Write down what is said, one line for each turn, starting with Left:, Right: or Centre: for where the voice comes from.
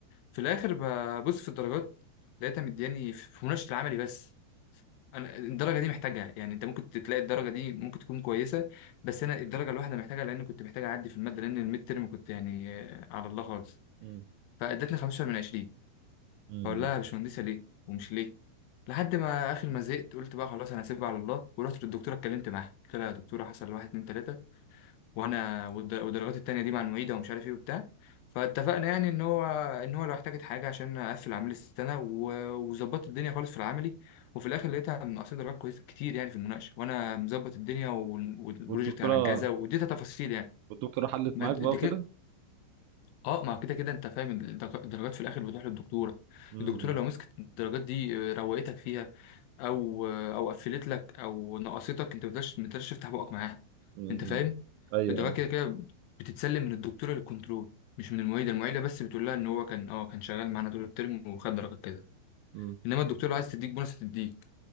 Left: في الاخر ببص في الدرجات لقيتها مدياني في مناقشه العملي بس انا الدرجه دي محتاجها يعني انت ممكن تلاقي الدرجه دي ممكن تكون كويسه بس انا الدرجه الواحده محتاجها لان كنت محتاج اعدي في الماده لان الميد ترم كنت يعني آه، على الله خالص
Right: امم
Left: فادتني 15 من 20
Right: امم
Left: فاقول لها يا باشمهندسه ليه ومش ليه لحد ما اخر ما زهقت قلت بقى خلاص انا هسيبها على الله ورحت للدكتوره اتكلمت معاها قلت لها يا دكتوره حصل واحد اتنين تلاته وانا والد- والدرجات التانية دي مع المعيدة ومش عارف ايه وبتاع فاتفقنا يعني ان هو ان هو لو احتاجت حاجة عشان اقفل عملي السنة و- وظبطت الدنيا خالص في العملي وفي الاخر لقيتها منقصة درجات كويسة كتير يعني في المناقشة وانا مظبط الدنيا وال- والبروجكت
Right: والدكتوره
Left: عن كذا واديتها تفاصيل يعني
Right: والدكتوره حلت
Left: ما
Right: معاك
Left: د-
Right: بقى
Left: دي
Right: وكده
Left: كده اه ما كده كده انت فاهم الدرج- الدرجات في الاخر بتروح للدكتورة
Right: امم
Left: الدكتورة لو مسكت الدرجات دي آه، روقتك فيها او او قفلت لك او نقصتك انت ما تقدرش ما تقدرش تفتح بقك معاها
Right: امم
Left: انت فاهم
Right: ايوه
Left: الدواء
Right: ايوه
Left: كده كده بتتسلم من الدكتوره للكنترول مش من المعيده المعيده بس بتقول لها ان هو كان اه كان شغال معانا طول الترم وخد درجه كده
Right: مم.
Left: انما الدكتوره عايز تديك بونص تديك